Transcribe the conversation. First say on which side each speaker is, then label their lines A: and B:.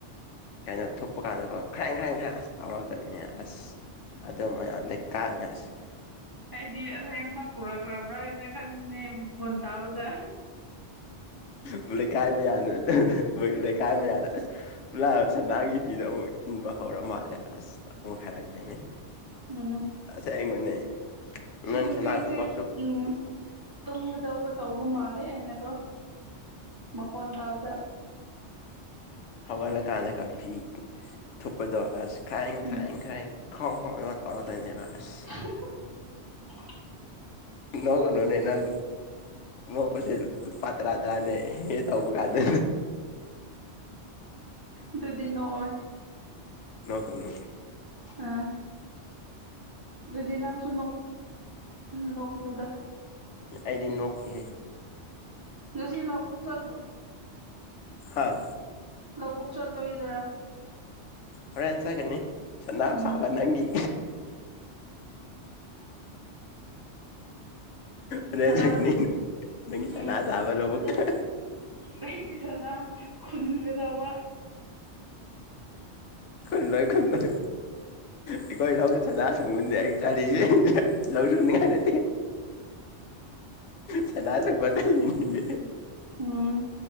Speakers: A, on the left (about 80°); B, on the right (about 30°).
A: ꯀꯥꯏꯅ ꯊꯨꯞꯄ ꯀꯥꯟꯗꯀꯣ ꯈ꯭ꯔꯥꯏ ꯈ꯭ꯔꯥꯏ ꯈ꯭ꯔꯥꯏ ꯑꯁ ꯇꯧꯔꯛꯇꯣꯏꯅꯤ ꯑꯁ ꯑꯗꯨ ꯃꯌꯥꯝ ꯂꯩꯀꯥꯏ ꯉꯁꯤ <inaudible>
B: ꯑꯩꯗꯤ ꯑꯁꯦꯡꯕ ꯄꯨꯔꯛꯈ꯭ꯔꯕ꯭ꯔꯥ ꯍꯥꯏꯅ ꯈꯟꯕꯅꯦ ꯃꯈꯣꯟ ꯇꯥꯕꯗ
A: ꯄꯨ ꯀꯥꯏ ꯃꯤꯌꯥꯅꯦ ꯀꯥꯏ ꯃꯌꯥꯅꯥ <inaudible> ꯁꯅꯤꯒꯤ ꯐꯤꯗꯨ ꯑꯃꯨꯛ ꯏꯟꯕ ꯍꯧꯔ ꯃꯥꯜꯂꯦ ꯑꯁ ꯑꯃꯨꯛ ꯍꯥꯏꯔꯛꯀꯅꯤ
B: ꯎꯝ
A: ꯑꯁꯦꯡꯕꯅꯦ
B: ꯁꯤ
A: ꯅꯪ
B: ꯅꯨꯄꯤꯁꯦ
A: ꯁꯅꯥ ꯈꯨꯡꯎꯨꯞꯇꯨ
B: ꯎꯝ ꯇꯨꯝꯒꯗꯧꯕ ꯇꯧꯕ ꯃꯥꯜꯂꯦ ꯑꯩꯅꯀꯣ ꯃꯈꯣꯟ ꯇꯥꯕꯗ
A: ꯍꯧꯒꯠꯂꯒꯥꯟꯗ ꯀꯥꯐꯤ ꯊꯨꯞꯄꯗꯣ ꯑꯁ ꯈꯥꯏꯪ
B: ꯎꯝ
A: ꯈꯥꯏꯪ ꯈꯥꯏꯪ ꯈ꯭ꯔꯣꯡ ꯈ꯭ꯔꯣꯡ ꯑꯗꯨ ꯇꯧꯔꯛꯇꯣꯏꯅꯦꯕ ꯑꯁ
B: <inaudible>
A: ꯅꯣꯛꯒꯅꯨꯅꯦ ꯅꯪ ꯅꯣꯛꯄꯁꯦ ꯐꯥ ꯇꯔꯥ ꯇꯔꯥꯅꯦ <inaudible> ꯍꯦ ꯇꯧꯕ ꯀꯥꯟꯗ
B: ꯑꯗꯨꯗꯤ ꯅꯣꯛꯑꯣꯢ
A: ꯅꯣꯛꯒꯅꯨ
B: ꯑꯥ ꯑꯗꯨꯗꯤ ꯂꯪꯁꯨ ꯅꯣꯛ ꯅꯣꯛꯒꯅꯨꯗ
A: ꯑꯩꯗꯤ ꯅꯣꯛꯀꯦ
B: ꯉꯁꯤ ꯂꯧꯕꯨꯛ ꯆꯠꯇꯔꯣ
A: ꯍꯥꯥ
B: ꯂꯧꯕꯨꯛ ꯆꯠꯂꯣꯢꯗꯔꯥ
A: ꯍꯣꯔꯦꯟ ꯆꯠꯒꯅꯤ ꯁꯅꯥ
B: ꯎꯝ
A: ꯁꯥꯕ ꯅꯪꯒꯤ ꯍꯣꯔꯦꯟ
B: ꯁꯅꯥ
A: ꯆꯠꯒꯅꯤ
B: ꯎꯝ
A: ꯁꯅꯥ ꯁꯥꯕ ꯂꯧꯕꯨꯛꯇ
B: ꯅꯠꯇꯦ ꯑꯩꯒꯤ ꯁꯅ ꯈꯨꯟꯒꯗꯧꯕ
A: ꯈꯨꯟꯂꯣꯢ ꯈꯨꯟꯂꯣꯢ ꯑꯩꯈꯣꯏ ꯂꯧꯗ ꯁꯅꯥ <inaudible> ꯁꯪꯒꯨꯟꯁꯦ ꯑꯩ ꯆꯥꯂꯤꯁꯦ ꯂꯧ ꯁꯨꯅꯤꯡꯉꯥꯏ ꯅꯠꯇꯦ ꯁꯅꯥ ꯁꯪꯕ ꯆꯠꯂꯤꯅꯤꯅꯦ
B: ꯎꯝ